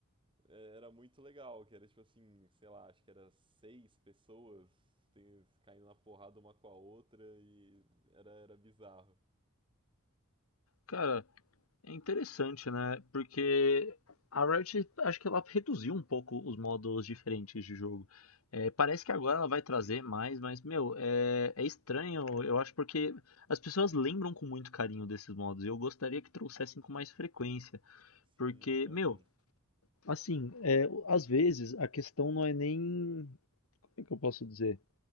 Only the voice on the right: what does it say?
é, era muito legal, que era tipo assim, sei lá, acho que era seis pessoas tem- caindo na porrada uma com a outra, e era, era bizarro.
Sim,
eu também.